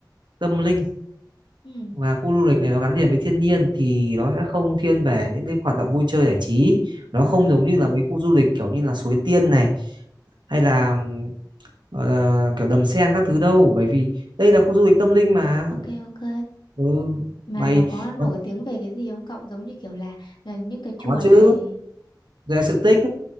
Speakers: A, on the right (about 80°); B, on the left (about 80°).
A: tâm linh
B: Ừ,
A: và khu du lịch này nó gắn liền với thiên nhiên thì nó sẽ không thiên về những cái hoạt động vui chơi giải trí nó
B: vâng,
A: không giống như là mấy khu du lịch kiểu như là Suối Tiên này hay là ừm, gọi là kiểu Đầm Sen các thứ đâu bởi vì đây là khu du lịch tâm linh mà
B: ok ok.
A: ừ,
B: Mà
A: mày
B: nó có nổi
A: có,
B: tiếng về cái gì không cậu? Giống như kiểu là, là những cái
A: có
B: chùa
A: chứ
B: này.
A: về sự tích